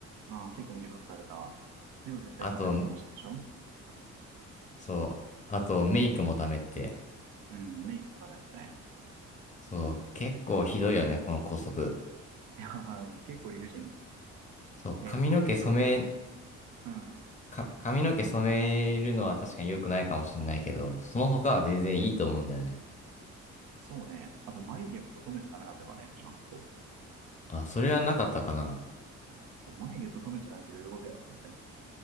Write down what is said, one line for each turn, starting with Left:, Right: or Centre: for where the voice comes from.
Right: ああ、結構短くされたわ。でも絶対染めるのなしでしょ
Left: あと、そう、あとメイクもダメって。
Right: うん、メイクもダメだったね。
Left: そう、結構ひどいよね、この校則。
Right: <laughs> いやー、結構理不尽。
Left: そう、
Right: えーこれで、
Left: 髪の毛染め、
Right: うん。
Left: か、髪の毛染めるのは確かに良くないかもしれないけど、その他は全然いいと思うんだよね。
Right: そうね。あと、眉毛も整えちゃダメだったからね、私の学校。
Left: あ、それはなかったかな。
Right: そう、眉毛整えちゃダメってどういうことやろと思ったけど。